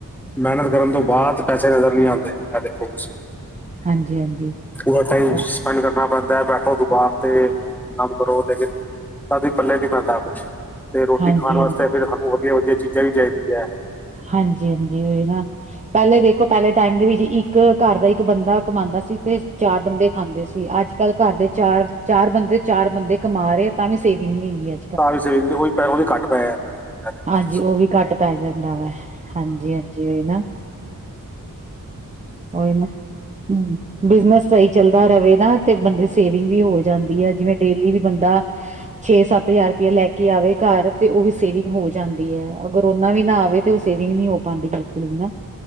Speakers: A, in the centre; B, on the right.
A: ਮਿਹਨਤ ਕਰਨ ਤੋਂ ਬਾਅਦ ਪੈਸੇ ਨਜ਼ਰ ਨਹੀਂ ਆਉਂਦੇ। ਇਹ ਦੇਖੋ ਤੁਸੀਂ।
B: ਹਾਂਜੀ -ਹਾਂਜੀ।
A: ਪੂਰਾ ਟਾਈਮ
B: ਉਹ
A: ਸਪੈਂਡ ਕਰਨਾ ਪੈਂਦਾ ਹੈ। ਬੈਠੋ ਦੁਕਾਨ ਤੇ ਕੰਮ ਕਰੋ ਲੇਕਿਨ ਸਾਡੇ ਪੱਲੇ ਹੀ ਨਹੀਂ ਪੈਦਾ ਕੁਛ। ਤੇ ਰੋਟੀ
B: ਹਾਂਜੀ
A: ਖਾਣ
B: ਹਾਂਜੀ
A: ਵਾਸਤੇ ਫਿਰ ਸਾਨੂੰ ਵਧੀਆ -ਵਧੀਆ ਚੀਜ਼ਾਂ ਵੀ ਚਾਹੀਦੀਆਂ।
B: ਹਾਂਜੀ- ਹਾਂਜੀ ਉਹੀ ਨਾ ਪਹਿਲੇ ਦੇਖੋ, ਪਹਿਲੇ ਟਾਈਮ ਦੇ ਵਿੱਚ ਇੱਕ ਘਰ ਦਾ ਇੱਕ ਬੰਦਾ ਕਮਾਉਂਦਾ ਸੀ ਤੇ ਚਾਰ ਬੰਦੇ ਖਾਂਦੇ ਸੀ। ਅੱਜ ਅੱਜ ਕੱਲ ਘਰ ਦੇ ਚਾਰ, ਚਾਰ ਬੰਦੇ, ਚਾਰ ਬੰਦੇ ਕਮਾ ਰਹੇ ਹਾਂ। ਤਾਂ ਵੀ ਸੇਵਿੰਗ ਨਹੀਂ ਹੁੰਦੀ ਹੈ।
A: ਤਾਂ ਵੀ ਸੇਵਿੰਗ ਨਹੀਂ ਹੋਈ ਉਹ ਵੀ ਘੱਟ ਪੈ ਜਾਂਦਾ ਹੈ। ਇਹ ਦੇਖੋ
B: ਹਾਂਜੀ
A: ਤੁਸੀਂ
B: ਉਹ ਵੀ ਘੱਟ ਪੈ ਜਾਂਦਾ ਵਾ।
A: ਹਾਂ
B: ਹਾਂਜੀ- ਹਾਂਜੀ ਉਹੀ ਨਾ।
A: ਇਹ ਚੀਜ਼ ਤੇ
B: ਉਹੀ
A: ਹੈ।
B: ਨਾ ਹੂੰ। ਬਿਜਨਸ ਸਹੀ ਚੱਲਦਾ ਰਹਿਵੇ ਨਾ ਤੇ ਬੰਦੇ ਸੇਵਿੰਗ ਵੀ ਹੋ ਜਾਂਦੀ ਹੈ। ਜਿਵੇਂ ਡੇਲੀ ਵੀ ਬੰਦਾ ਛੇ- ਸੱਤ ਹਜ਼ਾਰ ਰੁਪਇਆ ਲੈ ਕੇ ਆਵੇ ਘਰ ਤੇ ਉਹ ਵੀ ਸੇਵਿੰਗ ਹੋ ਜਾਂਦੀ ਹੈ। ਅਗਰ ਉਹਨਾ ਵੀ ਨਾ ਆਵੇ। ਤੇ ਉਹ ਸੇਵਿੰਗ ਨਹੀਂ ਹੋ ਪਾਉਂਦੀ। ਬਿਲਕੁਲ ਵੀ ਨਾ।